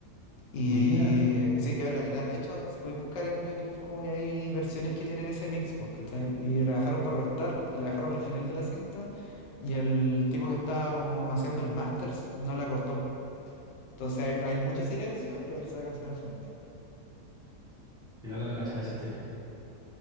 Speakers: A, on the left; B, in the centre.
A: Y
B: Mira,
A: eh, sí, iba en la mitad. De hecho, es- puedes buscar en YouTube como que hay versiones que tienen ese mix, pues, ¿cachai? Y la dejaron para cortar y la dejaron al final de la cinta. Y el tipo que estaba como haciendo el masters no la cortó. Entonces hay, hay mucho silencio y aparece la canción al final.
B: qué loco no cachaba esa historia.